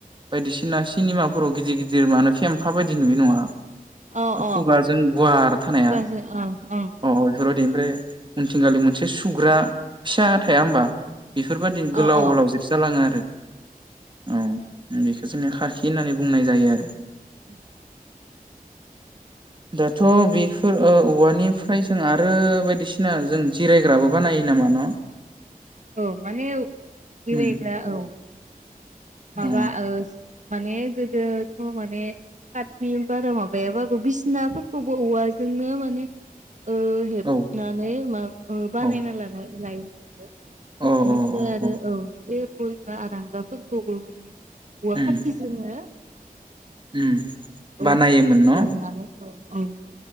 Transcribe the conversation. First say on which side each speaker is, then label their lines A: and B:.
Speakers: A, on the right (about 30°); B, on the right (about 55°).
A: बायदिसिना सिनिमाफोराव गिदिर गिदिर मानो फेम्फा बायदि नुयो नङा
B: अ अ
A: खुगाजों गुवार थानाया
B: खुगाजों ओं ओं
A: अ फोर बादि ओमफ्राय उनथिंगालि मोनसे सुग्रा फिसा थाया होमबा बेफोरबायदि गोलाव
B: अ औ
A: ओलाव जोबजालाङो आरो औ बेखौ जोङो खाखि होननानै बुंनाय जायो आरो
B: उम
A: दाथ बेफोर ओ औवानिफ्राय जों आरो बायदिसिना जों जिरायग्राबो बानायो नामा न
B: औ माने जिरायग्रा
A: उम
B: औ माबा
A: अ
B: ओस माने गोदोथ माने कातबि बारा माबायाबाबो बिसिनाफोरखौबो औवाजोंनो माने ओ हेबनानै
A: औ
B: माब बानायना
A: औ
B: लानाय लायो ओ
A: अ
B: बेनिफ्राय
A: अ
B: आरो
A: अ
B: औ बे गुयैना आरांगाबो। खौबो माने उवा
A: उम
B: खाथिजोंनो
A: उम
B: ओ
A: बानायोमोन
B: औ खाथिजों
A: न'
B: दाननानै औ औ